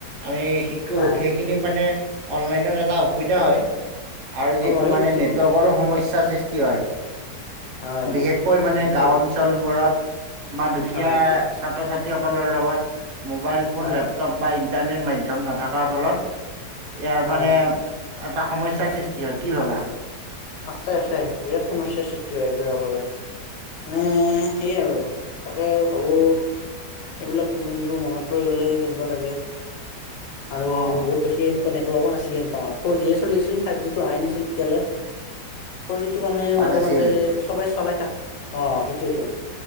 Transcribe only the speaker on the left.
হয়
অ সেইটোতো
হয় হয়
সেইটোৱে
হয় হয়
হয়
হয়
আছে আছে, বিৰাট সমস্যাৰ সৃষ্টি হয় এইবোৰৰ বাবে। নে সেই আৰু তাকে ভাবো এইবিলাক দিনবোৰ মনত পৰি গ'লে কেনেকোৱা লাগে আৰু
বহুত বেছি এনেকোৱা নেটৱৰ্কো নাছিলে কিন্তু আমাৰ ফৰজিয়ে চলি আছিল ফাইভ জিটো অহাই নছিল তেতিয়ালৈ ফৰজিটো মানে
মাজে
মাজে চবে চলাই থাক অ সেইটোৱেটো